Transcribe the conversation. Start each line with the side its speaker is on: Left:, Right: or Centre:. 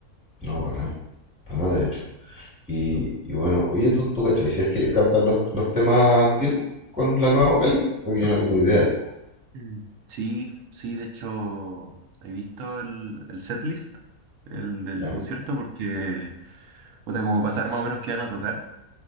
Centre: No, para nada. Para nada, de hecho. Y, y bueno, oye, ¿tú, tú cachai? Si es que cantan los, los temas antiguos con la nueva vocalista, porque yo no tengo idea, digo.
Right: Mm. Sí, sí, de hecho, he visto el, el setlist, el del
Centre: Ya,
Right: concierto, porque, puta, como pasar más o menos qué van a tocar.